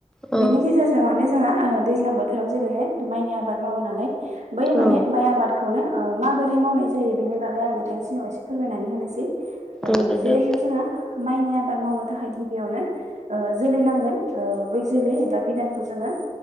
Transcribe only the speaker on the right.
बेनि गेजेरजों माने जोंहा दैज्लां बोथोराव जेरैहाय माइनि आबाद मावो नालाय बै माने
माइ आबाद खौनो ओ माबोरै मावनाय जायो बेनि बागै आं नोंथांनि सिगाव एसे फोरमायनानै होनोसै ओ
जेरैहाय जोंहा माइनि आबाद मावनो थाखाय गिबियावनो ओ जोलै नांगोन बै जोलै एबा बिदानखौ जोंङो